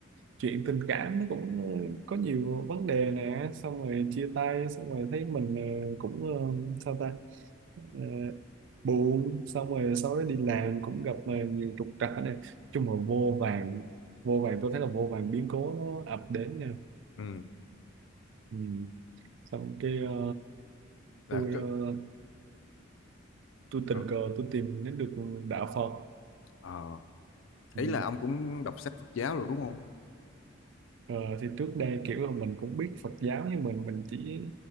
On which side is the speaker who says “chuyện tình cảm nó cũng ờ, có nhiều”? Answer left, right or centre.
Right